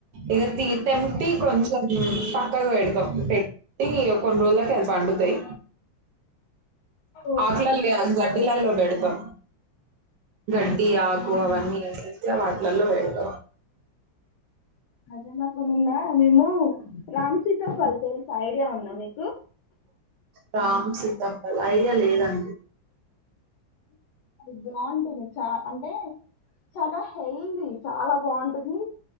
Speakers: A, on the right; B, on the left.
A: ఇక తెటి కొంచెం పక్కగా పెడతాం పెట్టి కొన్ని రోజులకిళ్ పండుతాయి
B: ఓకే
A: ఆక్లలి అ అడ్ దిలాల్లో బెడతో గడ్డి ఆకు
B: ఆహా.
A: అవన్నీస వాటలలో వ
B: అదే నాకు నింద నిము రామ్సీత ఫల్సేల్స్ ఐడియా ఉంద మీకు
A: రామ్ సీతాప్పల్ ఐడియా లేదండి
B: అ బాగుంటుంది చ అంటే చాలా హెల్దీ చాలా బాగుంటుంది